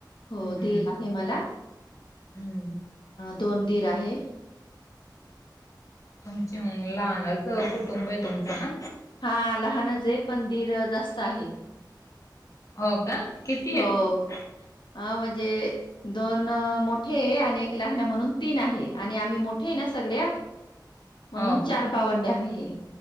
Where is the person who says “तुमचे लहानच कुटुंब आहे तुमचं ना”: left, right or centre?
Left